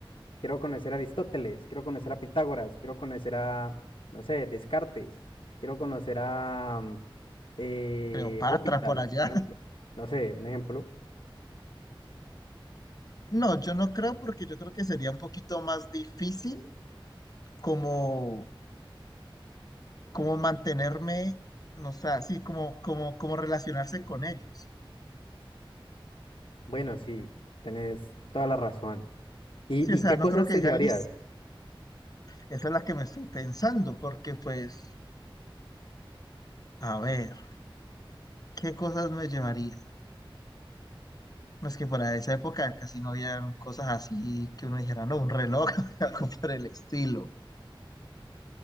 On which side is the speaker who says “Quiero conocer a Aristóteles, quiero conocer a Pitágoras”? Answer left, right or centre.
Left